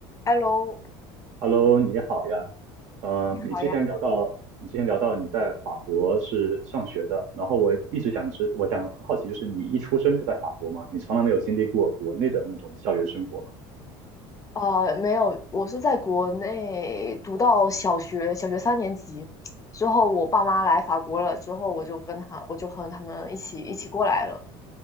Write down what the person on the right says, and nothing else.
Hello，你好呀。呃，
你之前聊到，你之前聊到你在法国是上学的，然后我一直想知，我想很好奇，就是你一出生就在法国吗？你从来没有经历过国内的那种校园生活吗？